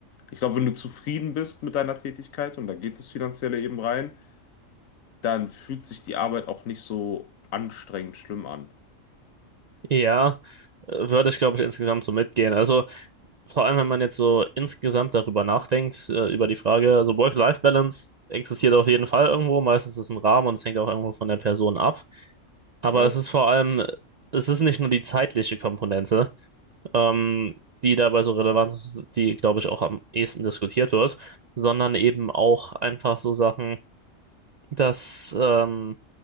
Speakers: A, on the left; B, on the right.
A: Ich glaube, wenn du zufrieden bist mit deiner Tätigkeit und da geht es finanzielle eben rein, dann fühlt sich die Arbeit auch nicht so anstrengend schlimm an.
B: Ja, Würde ich, glaube ich, insgesamt so mitgehen. Also vor allem, wenn man jetzt so insgesamt darüber nachdenkt, äh, über die Frage, also Work-Life-Balance existiert auf jeden Fall irgendwo, meistens ist es ein Rahmen und es hängt auch irgendwo von der Person ab. Aber
A: Ja,
B: es ist vor allem, es ist nicht nur die zeitliche Komponente, ähm, die dabei so relevant ist, die, glaube ich, auch am ehesten diskutiert wird, sondern eben auch einfach so Sachen, dass ähm,